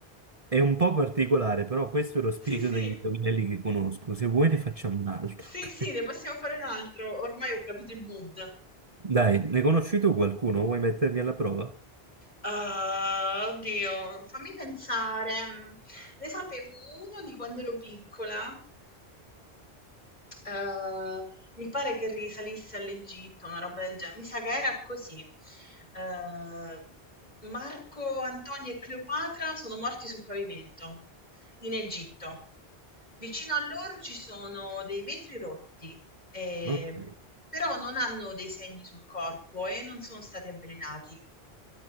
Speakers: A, on the right; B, on the left.
A: È un po' particolare, però questo è lo spirito
B: Sì, sì.
A: degli indovinelli che conosco. Se vuoi
B: Eh,
A: ne facciamo un altro.
B: Sì,
A: <laughs>
B: sì, ne possiamo fare un altro. Ormai ho capito il mood.
A: Dai, ne conosci tu qualcuno? Vuoi mettermi alla prova?
B: Ah, oddio, fammi pensare. Ne sapevo uno di quando ero piccola. Ehm, mi pare che risalisse all'Egitto, una roba del genere. Mi sa che era così. Ehm, Marco Antonio e Cleopatra sono morti sul pavimento in Egitto. Vicino a loro ci sono dei vetri rotti, ehm,
A: Ok.
B: però non hanno dei segni sul corpo e non sono stati avvelenati.